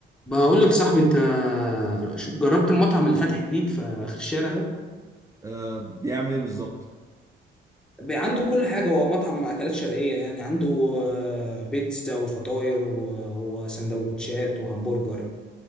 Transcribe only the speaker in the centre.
بقول لك يا صاحبي انت شو- جربت المطعم اللي فاتح جديد في اخر الشارع ده
بقى عنده كل حاجة هو مطعم أكلات شرقية يعني عنده آه، بيتزا وفطاير و- وسندوتشات وهمبرجر